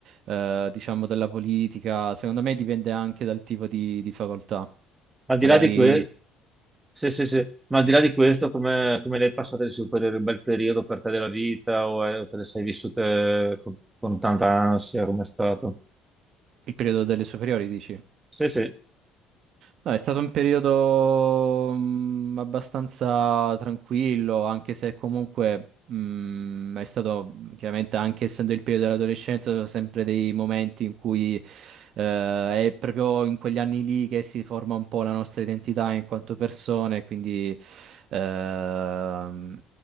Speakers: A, on the right (about 60°); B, on the right (about 15°).
A: eh, diciamo della politica, secondo me dipende anche dal tipo di di facoltà.
B: Al di
A: Magari
B: là di questo, Sì, sì, sì, ma al di là di questo, come, come le hai passate le superiori? Un bel periodo per te della vita o, eh, o te le sei vissute eh, con, con tanta ansia? Come è stato?
A: il periodo delle superiori, dici?
B: Sì, sì, un
A: No, è stato un periodo mm, abbastanza tranquillo, anche se comunque mm, è stato, chiaramente anche essendo il periodo dell'adolescenza, sono sempre dei momenti in cui eh, è proprio in quegli anni lì che si forma un po' la nostra identità in quanto persone, quindi ehm,